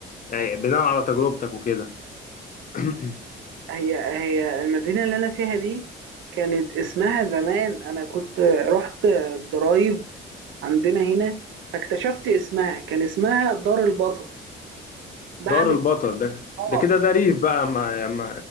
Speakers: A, on the left (about 45°); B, on the right (about 75°).
A: يعني بناء على تجربتك وكده <clears throat>
B: هي هي المدينه اللي انا فيها دي كانت اسمها زمان انا كنت رحت الضرايب عندنا هنا فاكتشفت اسمها كان اسمها دار البطل بعد
A: دار البطل
B: ك-
A: ده
B: اه
A: ده كده ده ريف بقى ما ما